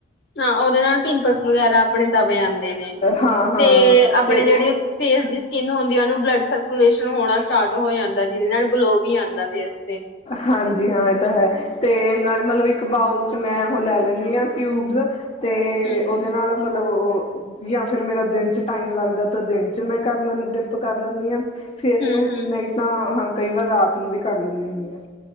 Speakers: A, on the left; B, on the left.
A: ਹਾਂ, ਓਦੇ ਨਾਲ ਪਿੰਪਲਸ ਵਗੈਰਾ, ਆਪਣੇ ਦਬ ਜਾਂਦੇ ਨੇ,
B: ਹਾਂ ਹਾਂ
A: ਤੇ ਆਪਣੇ
B: ਤੇ
A: ਜੇਹੜੀ ਫੇਸ ਦੀ ਸਕਿੰਨ ਹੁੰਦੀ ਐ ਓਨੂੰ ਬਲੱਡ ਸਰਕੂਲੇਸ਼ਨ ਹੋਣਾ ਸਟਾਰਟ ਹੋ ਜਾਂਦਾ, ਜਿਦੇ ਨਾਲ ਗਲੋ ਵੀ ਆਂਦਾ ਫੇਰ ਤੇ
B: ਹਾਂਜੀ, ਹਾਂ ਏਹ ਤਾਂ ਹੈ, ਤੇ ਨਾਲ ਮਤਲਬ ਇੱਕ ਬਾਊਲ ਚ ਮੈਂ ਓ ਲੈ ਲੈਂਨੀਂ ਆ ਕਿਊਬਸ ਤੇ,
A: ਹੂੰ
B: ਓਦੇ
A: ਹੂੰ
B: ਨਾਲ ਮਤਲਬ, ਓ ਯਾ ਫੇਰ ਮੇਰਾ ਦਿਨ 'ਚ ਟਾਈਮ ਲੱਗਦੈ ਤਾਂ ਦਿਨ 'ਚ ਮੈਂ ਕਰ ਲੈ ਡਿਪ ਕਰ ਲੈਂਨੀ ਆਂ। ਫੇਰ ਇਸਨੂੰ
A: ਹੂੰ ਹੂੰ
B: ਨਈ ਤਾਂ ਹਾਂ ਕਈ ਵਾਰ ਰਾਤ ਨੂੰ ਵੀ ਕਰ ਲੈਂਨੀ ਹੁੰਨੀ ਆਂ।